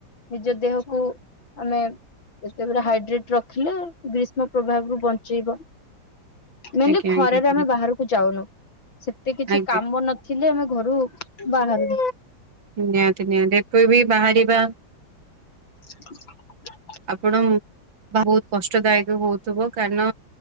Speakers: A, on the left; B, on the right.
A: ନିଜ ଦେହକୁ ଆମେ ଯେତେବେ ହାଇଡ୍ରେଟ ରଖିଲେ ଗ୍ରୀଷ୍ମ ପ୍ରଭାବ ରୁ ବଞ୍ଚେଇବ। ମେନ୍ଲି
B: ଆଜ୍ଞା
A: ଖରାରେ
B: ଆଜ୍ଞା ଆଜ୍ଞା
A: ଆମେ ବାହାରକୁ ଯାଉନୁ। ସେତେ କିଛି
B: ଆଜ୍ଞା
A: କାମ ନଥିଲେ ଆମେ। ଘରୁ ବାହାରୁ।
B: ନିହାତି ନିହାତି ଏପ ବି ବାହାରିବା।
A: <inaudible>
B: ଆପଣ ବହୁତ କଷ୍ଟଦାୟକ ହଉଥିବ କାରଣ